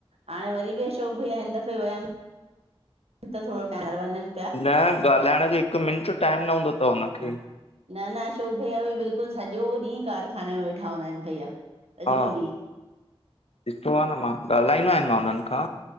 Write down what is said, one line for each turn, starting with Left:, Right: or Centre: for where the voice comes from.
Right: हाणे वरी बि अशोक भिइया हिन दफ़े वियमि त थोरो टाहर वञन
Left: न ॻाल्हाइण जो हिक मिंट टाइम न हूंदो तव हुनखे।
Right: हा न न अशोक भईया बि बिल्कुल सॼो ॾींह कारखाने में वेठा हूंदा आहिन भैया सॼो
Left: हा
Right: ॾींह
Left: ॾिठो आ न मां ॻाल्हाईंदो आहिन मां हुनन खां,